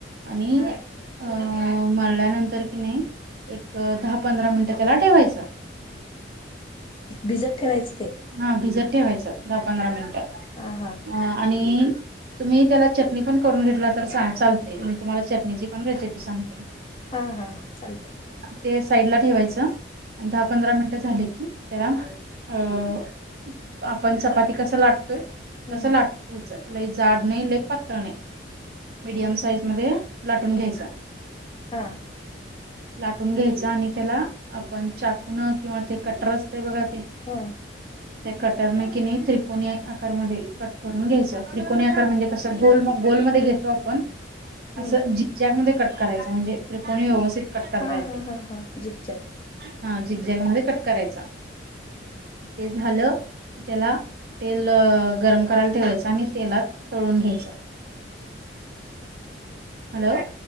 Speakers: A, on the right; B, on the left.
A: आणि अं.. मळल्यानंतर कि नाही एक दहा पंधरा मिनिटं त्याला ठेवायचं
B: बिजत ठेवायंच
A: हा भिजत ठेवायचं दहा पंधरा मिनट
B: हा हा
A: आणि तुम्ही त्याला चटणी पण करून घेतला तर चाल- चालते मी तुम्हाला चटणीची पण रेसिपी सांग
B: हा हा चालतय
A: ते साईडला ठेवायचं आणि दहा पंधरा मिनटं झाले की त्याला अ आपण चपाती कस लाटतोय
B: हम्म
A: तसं लाट तुमच लय जाड नाही लय पातळ नाही मीडियम साईज मध्ये लाटून घ्यायचा
B: हा
A: लाटून घ्यायचा आणि त्याला आपण चाकून किंवा ते कटर असते बघा.. ते
B: हा
A: त्या कटरने कणी त्रिकोणी आकारमध्ये कट करून घ्यायचं. त्रिकोणी आकार म्हणजे कसं गोल मग गोलमध्ये घेतो आपण अस
B: हम्म
A: ज्यामध्ये कट करायचं म्हणजे त्रिकोणी व्यवस्थित ते कट करता
B: हा
A: येते.
B: हा हा हा झिकझॅक
A: हा झिगझॅग मध्ये कट करायचा. ते झालं त्याला तेल गरम करायला ठेवायचं आणि तेलात तळून घ्यायचं. हॅलो...